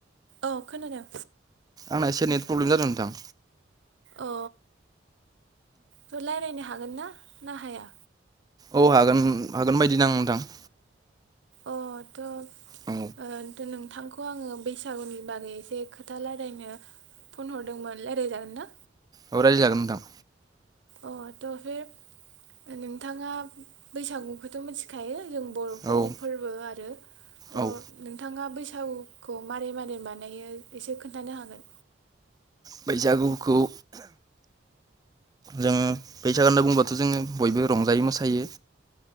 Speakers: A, on the right (about 70°); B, on the right (about 20°).
A: औ खोनादों।
B: आंना एसे नेट प्रब्लेम जादों नोंथां।
A: अ रायज्लायनो हागोन ना हाया?
B: औ हागोन हागोन बायदिदां नोंथां।
A: अ थ'
B: औ
A: ओ नोंथांखौ आङो बैसागुनि बागै एसे खोथा रायलायनो फन हरदोंमोन रायज्लायजागोन ना।
B: अ रायालाय जागोन नोंथां।
A: अ थ' बे नोंथाङा बैसागुखौथ' मिथि खायो जों बर'फोरनि
B: औ
A: फोरबो आरो थ'
B: औ
A: नोंथाङा बैसागु खौ मारै मारै बानायो एसे खोन्थानो हागोन?
B: बैसागुखौ जोङो बैसागो होना बुंबाय बाथ' जोङो बयबो रंजायो मोसायो।